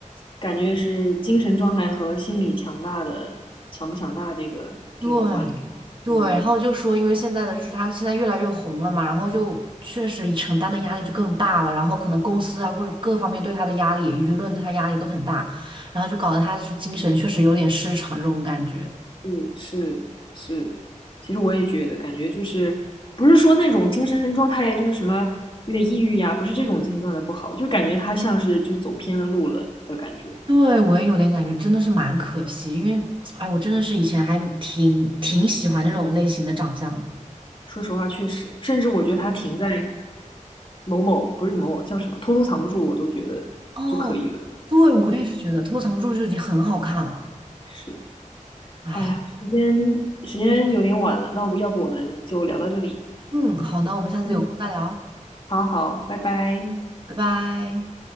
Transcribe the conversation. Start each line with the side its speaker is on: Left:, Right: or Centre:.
Left: 感觉是精神状态和心理强大的强不强大这个挺有关的。
Right: 对对，
Left: 嗯
Right: 然后就说，因为现在的就是他现在越来越红了嘛，然后就确实承担的压力就更大了，然后可能公司啊或者各方面对他的压力，舆论对他压力都很大，然后就搞得他是精神确实有点失常这种感觉。
Left: 嗯，是是，其实我也觉得，感觉就是不是说那种精神状态就是什么有点抑郁呀，不是这种精神状态不好，就感觉他像是就是走偏了路了的感觉。
Right: 对，我也有点感觉，真的是蛮可惜，因为哎，我真的是以前还挺挺喜欢这种类型的长相的。
Left: 说实话，确实，甚至我觉得他停在某某不是某某叫什么，偷偷藏不住，我都觉得就可以了。
Right: 哦，对，我也是觉得《偷藏不住》就已经很好看了。
Left: 是，
Right: 哎，
Left: 哎呀，时间时间有点晚了，那我要不我们就聊到这里。
Right: 嗯，好的，我们下次有空再聊，
Left: 嗯，好好，拜拜。
Right: 拜拜。